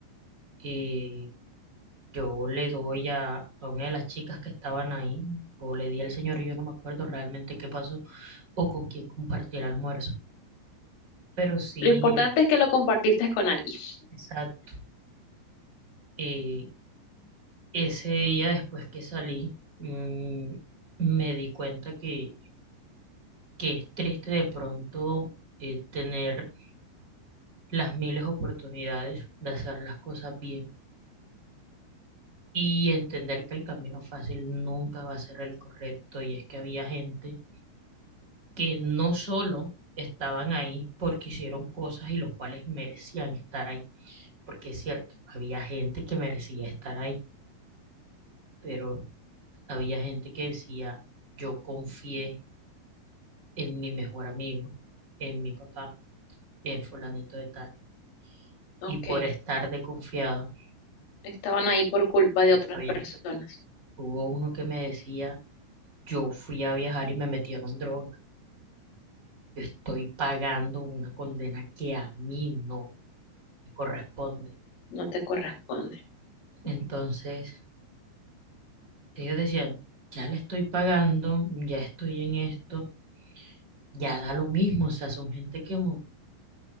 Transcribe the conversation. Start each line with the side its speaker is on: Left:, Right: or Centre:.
Right: y yo le doy a, a una de las chicas que estaban ahí, o le di al señor, yo no me acuerdo realmente qué pasó o con quién compartí el almuerzo. Pero sí,
Left: Lo importante es que lo compartiste con alguien.
Right: exacto, eh, ese día después que salí, mm, me di cuenta que que es triste de pronto eh, tener las miles oportunidades de hacer las cosas bien y entender que el camino fácil nunca va a ser el correcto. Y es que había gente que no solo estaban ahí porque hicieron cosas y los cuales merecían estar ahí, porque es cierto, había gente que merecía estar ahí, pero había gente que decía, yo confié en mi mejor amigo, en mi papá, en fulanito de tal.
Left: Ok,
Right: Y por estar de confiada,
Left: estaban ahí por culpa de
Right: Estoy
Left: otras personas.
Right: aquí. Hubo uno que me decía, yo fui a viajar y me metieron droga. Yo estoy pagando una condena que a mí no me corresponde.
Left: No te corresponde.
Right: Entonces, ellos decían, ya le estoy pagando, ya estoy en esto, ya da lo mismo. O sea, son gente que mo-